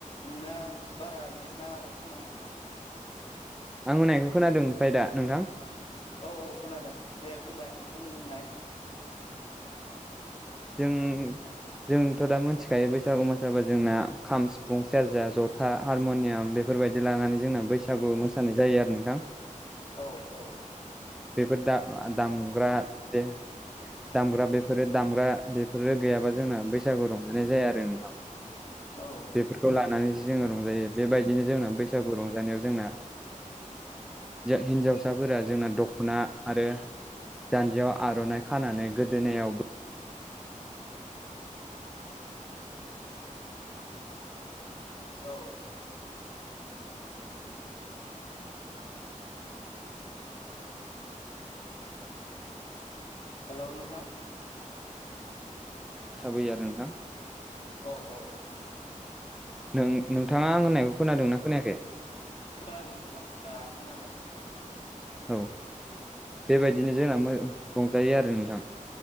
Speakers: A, on the left; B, in the centre.
A: नोंना बारा नेट नाङाखै खोमा नोंथां?
B: आं होनायखौ खोनादों ओमफ्राय दा नोंथां?
A: औ औ खोनादों दे बुंबाय बुंनाय
B: जों जोंथ' दा मिथिखायो बैसागु मोसाबा जोंना खाम सिफुं सेरजा जथा हारमुनियाम बेफोर फोरबायदि लानानै जोंना बैसागु मोसानाय जायो आरो नोंथां।
A: औ औ
B: बेफोर दा दामग्रा जे दामग्रा बेफोरो दामग्रा बेफोरो गैयाबा जोंना बैसागु रंजानाय जाया आरो नोंथां।।
A: औ
B: बेफोरखौ लानानैसो जोङो रंजायो बेबायदिनो जोंना बैसागु रंजानायाव जोंना हिनजावसाफोरा जोंना दख'ना आरो जानजियाव आर'नाइ खानानै गोदोनायावबो
A: औ हेलौ नोंथां।
B: साबै आरो नोंथां
A: औ औ
B: नों नोंथाङा आं होननायखौ खोनादों ना खोनायाखै?
A: खोनादों नोंथां दा खोनादों?
B: औ बेबायदिनो जोंना रंजायो आरो नोंथां।